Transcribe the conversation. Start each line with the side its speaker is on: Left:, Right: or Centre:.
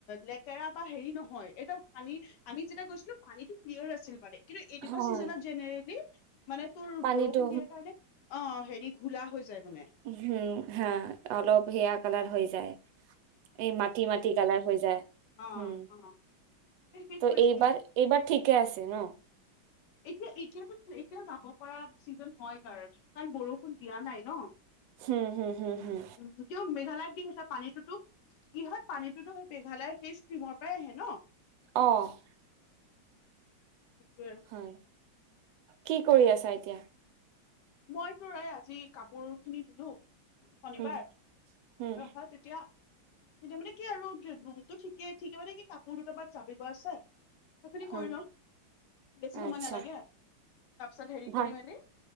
Left: লেতেৰা বা হেৰি নহয়। একদম পানী, আমি যেতিয়া গৈছিলোঁ, পানীটো ক্লিয়াৰ আছিল মানে কিন্তু এনেকুৱা
Right: হয়
Left: ছিজনত জেনেৰেলি তোৰ
Right: পানীটো
Left: বৰষুণ দিয়াৰ কাৰণে অ', হেৰি, ঘোলা হৈ যায়। মানে
Right: হুম, হা, অলপ সেইয়া কালাৰ হৈ যায়। এই মাটি-মাটি কালাৰ হৈ যায়।
Left: অ
Right: হুম,
Left: অ এই সেইটো
Right: ত',
Left: এতিয়া
Right: এইবাৰ, এইবাৰ ঠিকেই আছে ন'?
Left: এতিয়া, এতিয়াতো, এতিয়া যাব পৰা ছিজন হয়, কাৰ-কাৰণ বৰষুণ দিয়া নাই ন'?
Right: হম হম হম হম
Left: উম, কিন্ত মেঘালয়ত ঠিক আছে, পানীটোতো কি হয়, পানীটোতো সেই মেঘালয়, সেই ষ্ট্ৰীমৰ পৰাই আহে ন'?
Right: অ'।
Left: সেইটোৱেই
Right: হয়। কি কৰি আছা এতিয়া?
Left: মই তোৰ এই আজি কাপোৰখিনি ধুলোঁ শনিবাৰ
Right: উম উম
Left: হ-হয় তেতিয়া এটো মানে কি আৰু তে ৰুমটো ঠিকে ঠিকে মানে কি কাপোৰ বাত জাপিব আছে, সেইখিনি কৰি
Right: উম
Left: লম বেছি সময়
Right: আচ্ছা
Left: নালাগে তাৰপিছত হেৰি
Right: ভাল
Left: কৰি মেলি